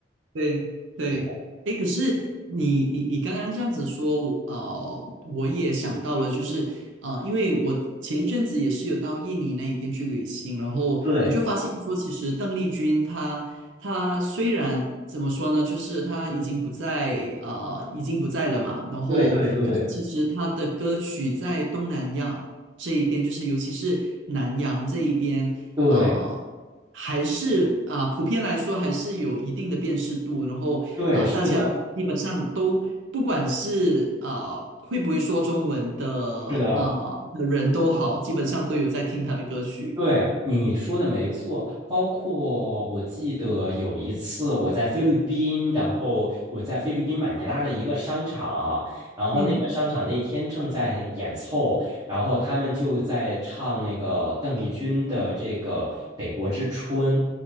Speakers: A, on the right; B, on the right.
A: 对对，
B: 对
A: 哎，可是你你你刚刚这样子说，呃，我也想到了，就是呃，因为我前一阵子也是有到印尼那一边去旅行，然后我就发现说，
B: 对
A: 其实邓丽君她她虽然怎么说呢，就是她已经不在呃已经不在了嘛，然后可是其实她的歌曲在东南亚这一边，
B: 对对对
A: 就是尤其是南洋这一边。
B: 对
A: 啊、呃还是啊、普遍来说还是有一定的辨识度，然后啊、
B: 对，是的，
A: 大家基本上都不管是啊、会不会说中文的啊的人都好，
B: 是的。
A: 基本上都有在听他的歌曲。
B: 对，你说的没错，包括我记得有一次我在菲律宾，然后我在菲律宾马尼拉的一个商场，然后那个商场那天正在演奏，
A: 嗯，
B: 然后他们就在唱那个邓丽君的这个《北国之春》。